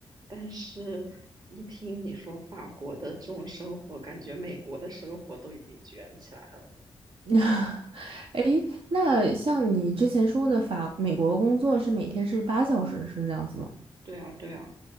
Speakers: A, on the right (about 45°); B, on the right (about 65°).
A: 但是一听你说法国的这种生活，感觉美国的生活都已经卷起来了。
B: <laughs> 那，哎那像你之前说的法，美国工作是每天是八小时，是这样子吗？
A: 对啊，对啊。